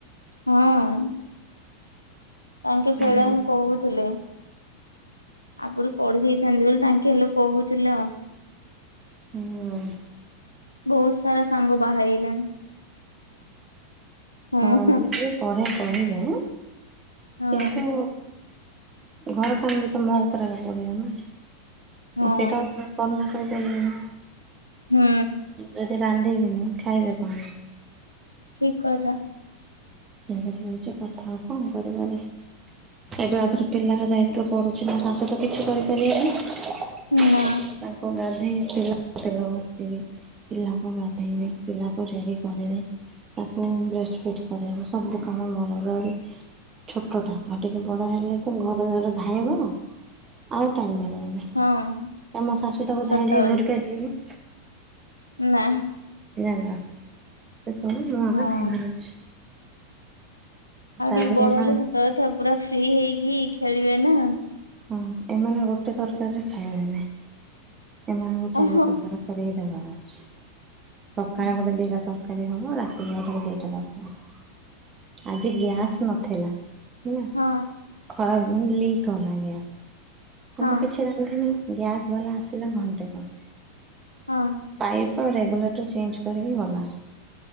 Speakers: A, on the left (about 80°); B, on the right (about 25°).
A: ହଁ ତାଙ୍କେ
B: ବା
A: ସେଇଟା
B: ହୁଁ
A: ହିଁ କହୁଥିଲେ। ଆଗରୁ ପଢି ଦେଇଥାନ୍ତେ ବୋଲି ତାଙ୍କେ ହେଲେ କହୁଥିଲେ ଆଉ
B: ହୁଁ
A: ବହୁତ ସାରା ସାଙ୍ଗ ବାହା ହେଇଗଲେଣି ହଁ
B: ମା ଯ ପରେ କରିବେ
A: ହଁ
B: କିନ୍ତୁ ଘର କାମ ବି ତମ ଉପରେ ପଡିବ ନା ଆଉ
A: ହଁ
B: ସେଇଟା ହଉ ତ କରନା କରିପାରିବନି।
A: ହୁଁ।
B: ଯଦି ରାନ୍ଧିବିନି ଖାଇବେ କଣ?
A: ଠିକ କଥା।
B: ସେମିତି ହେଉଛି କଥାଉ କଣ କରିବା ଆମେ? ଏବେ ଆଉଥରେ ପିଲାର ଦାୟିତ୍ଵ ପଢ଼ୁଛି ନା ତା ସହି ତ କିଛି କରିପାରିବେନି।
A: ନା।
B: ତାଙ୍କୁ ଗାଧେଇ ତିଲ ତେଲ ଘସିଦେବି। ପିଲାକୁ ଗାଧେଇବି ପିଲାକୁ ରେଡି କରିବି ତାକୁ ବ୍ରେଷ୍ଟ ଫିଟ କରେଇବି। ସବୁ କାମ ମୋର ହେଲି ଛୋଟଟା ଆଉ ଟିକେ ବଡ ହେଲେ ତ ଘର ସାରା ଧାଇଁବ ଆଉ ଟାଇମ ମିଳିବନି।
A: ହଁ
B: ମୋ ଶାଶୁ ତାକୁ
A: ସତ
B: ଧାଇଁ ଧାଇଁ
A: କଥା
B: ଧରି ପାରିବେନି।
A: ନା।
B: ଜାଣିଲା ସେତେବେଳେ ମୁ ଏକା
A: ହଁ।
B: ଧାଇ ଧରୁଚି।
A: ଆଉ
B: ତାପରେ
A: ଟିକେ ବଡ
B: ଏମାନେ
A: ହେଲେ ସତ କଥା ପୁରା ଫ୍ରି ହେଇକି ଖେଳିବେ ନା?
B: ହଁ ଏମାନେ ଗୋଟେ ତରକାରିରେ ଖାଇବେନି। ଏମାନଙ୍କୁ ଚାରି
A: ଓହୋ।
B: ପ୍ରକାର କରିକି ଦବାର ଅଛି ସକାଳେ
A: ଓ
B: ଗୋଟେ ଦିଟା ତରକାରୀ। ତରକାରୀ ହବ ରାତିରେ ଆଉ ପୁଣି ଦିଟା ତରକାରୀ ଆଜି ଗ୍ୟାସ ନଥିଲା। ହେଲା
A: ହଁ
B: ଖରାପ ମାନେ ଲିକ କଲା ଗ୍ୟାସ। ତ
A: ହଁ
B: ମୁଁ କିଛି ରାନ୍ଧିନି ଗ୍ୟାସ୍ ବାଲା ଆସିଲା ଘଣ୍ଟେ ପରେ
A: ହଁ।
B: ପାଇପ ଆଉ ରେଗୁଲେଟର ଚେଞ୍ଜ୍ କରିକି ଗଲା।